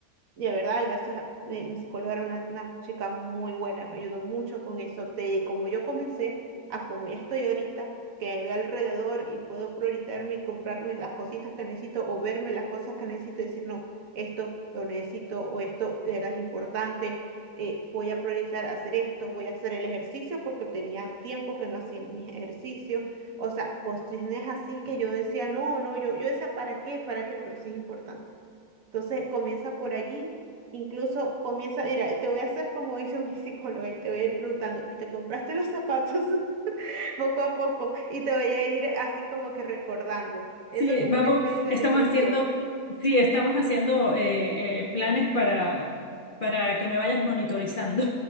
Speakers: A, on the right; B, on the left.
A: de verdad, gracias a mi, mi psicóloga era una, una chica muy buena, me ayudó mucho con eso, de como yo comencé a como ya estoy ahorita, que veo alrededor y puedo prioritarme y comprarme las cositas que necesito o verme las cosas que necesito y decir, no, esto lo necesito o esto era importante, eh, voy a priorizar hacer esto, voy a hacer el ejercicio porque tenía tiempo que no hacía mis ejercicios, o sea, cuestiones así que yo decía, no, no, yo, yo decía, ¿para qué? ¿Para qué? Pero sí es importante. Entonces comienza por allí, incluso comienza, mira, te voy a hacer como hizo <laughs> mi psicóloga y te voy a ir preguntando, ¿y te compraste los zapatos <laughs> poco a poco? Y te voy a ir así como que recordando, eso
B: Sí,
A: como
B: vamos,
A: una especie
B: estamos
A: de presión.
B: haciendo, sí, estamos haciendo eh, eh, planes para, para que me vayas monitorizando.